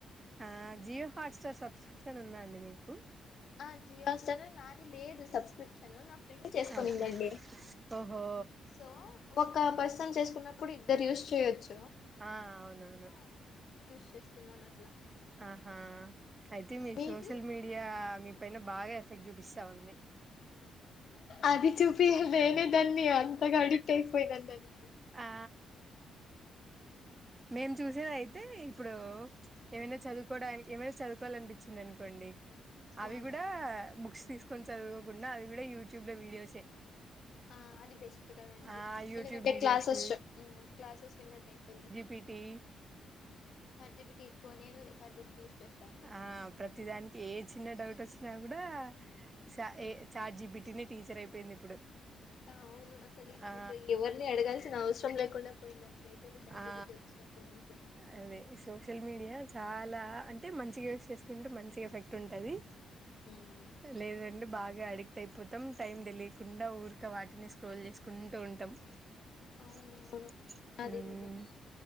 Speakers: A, on the right (about 20°); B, on the left (about 50°).
A: ఆ జివో హాట్ స్టార్ సబ్స్క్రిప్షన్ ఉంద అండి మీకు
B: ఆ జియోస్ట నాది లేదు సబ్ ష నా ఫ్రెండ్ చేసుకనిందండి
A: ఓకే ఓహో
B: సో ఒక పర్సన్ చేసుకున్నప్పుడు ఇద్దరు యూస్్ చేయొచ్చు
A: ఆ అవునవును
B: చేస్తున్నాన్నట్లా
A: ఆహా అయితే మీ
B: మీది
A: సోషల్ మీడియా మీ పైన బాగా ఎఫెక్ట్ చూపిస్తా ఉంది
B: అది చూపిించ నేనే దాన్ని అంతగా అడిట్ అయిపోయిదాన్ని దానికి
A: ఆ మేము చూసేది అయితే ఇప్పుడు ఏమైనా చదువుకోవడానికి ఏమైనా చదువుకోవాలనిపించింది అనుకోండి అవి
B: అవునా
A: కూడా బుక్స్ తీస్త కొ చదువకోకుండా అది కూడా యూట్యూబ్ లో వీడియోసే
B: ఆ అది బెస్ట్ కదండి
A: ఆ యూట్యూబ్
B: ఎందుకంటే
A: వీడియోస్
B: క్లాసెస్ క్లాసెస్ విన్నట్యిపోంది
A: పిటీ
B: జీపీటీ ఎక్కువ నేను చాట్ జీపీటీ యూస్ చేస్తానండి
A: ఆ ప్రతిదానికి ఏ చిన్న డౌట్ వచ్చినా కూడా సా ఏ చాట్జిపిటినే టీచర్ అయిపోయింది ఇప్పుడు
B: అవును అసలు ఇప్పుడు
A: ఆ
B: పోయి ఎవరిని అడగాల్సిన అవసరం లేకుండా పోయింది అట్లా అయిపోయింది చాట్
A: ఆ
B: జీపీటీ వచ్చినప్పటి నుంచి
A: అదే సోషల్ మీడియా చాలా అంటే మంచిగా యూస్ చేసుకుంటే మంచి ఎఫెక్ట్ ఉంటది
B: ఉమ్,
A: లేదండి బాగ్ గా అడిక్ట్ అయిపోతాం టైం తెలియకుండా ఉరికా వాటినే స్క్రోల్ చేసుకుంటా ఉంటాం <unintelligible>
B: అవునవును
A: హ్మ్
B: అది నిజమే